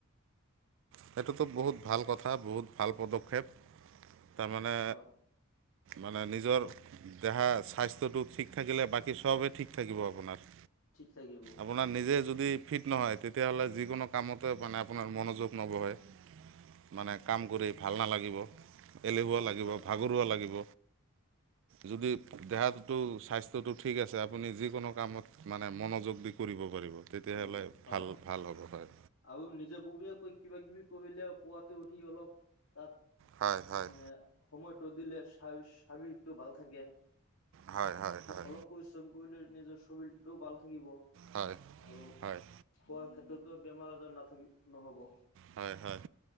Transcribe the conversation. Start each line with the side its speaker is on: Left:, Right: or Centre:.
Right: সেইটোতো বহুত ভাল কথা বহুত ভাল পদক্ষেপ তাৰমানে
Left: হয়
Right: মানে নিজৰ দেহা স্বাস্থ্যটো ঠিক থাকিলে বাকী চবেই ঠিক থাকিব আপোনাৰ।
Left: ঠিক থাকিব।
Right: আপোনাৰ নিজে যদি ফিট নহয় তেতিয়াহ'লে যিকোনো কামতে মানে আপোনাৰ মনোযোগ নবহে মানে কাম কৰি ভাল নালাগিব। এলেহুৱা লাগিব
Left: হয়
Right: ভাগৰুৱা লাগিব।
Left: <inaudible>
Right: যদি দেহাতো স্বাস্থ্যটো ঠিক আছে আপুনি যিকোনো কামত মানে মনোযোগ দি কৰিব। কৰিব তেতিয়াহ'লে
Left: মনোযোগ হয়
Right: ভাল-ভাল হ'ব হয়।
Left: আৰু নিজে ববীয়া কৈ কিবা কিবি কৰিলে পুৱাতে উঠি অলপ তাত
Right: হয় হয়
Left: মানে সময়টো দিলে <unintelligible> ভাল থাকে।
Right: হয় হয় হয়
Left: অলপ পৰিশ্ৰম কৰিলে নিজৰ শৰীলটোও ভাল থাকিব।
Right: হয়
Left: আৰু
Right: হয়
Left: খোৱাৰ ক্ষেত্ৰতো বেমাৰ আজাৰ নাথাকিব নহব।
Right: হয়-হয়।